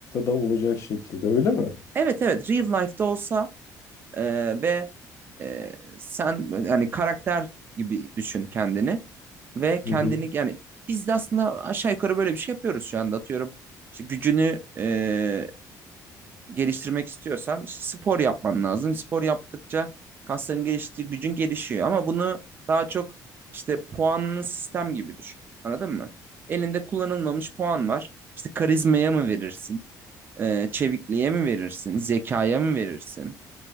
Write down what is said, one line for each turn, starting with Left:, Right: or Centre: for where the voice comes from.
Left: da olacak şekilde öyle mi?
Right: Evet evet real life'da olsa e, ve e, sen yani karakter gibi düşün kendini ve
Left: Hı
Right: kendini
Left: hı.
Right: yani biz de aslında aşağı yukarı böyle bir şey yapıyoruz şu anda atıyorum. işte gücünü e, geliştirmek istiyorsan işte spor yapman lazım. Spor yaptıkça kasların geliştiği gücün gelişiyor ama bunu daha çok işte puanlı sistem gibi düşün. Anladın mı? Elinde kullanılmamış puan var. İşte karizmaya mı verirsin? Ee, çevikliğe mi verirsin? Zekaya mı verirsin?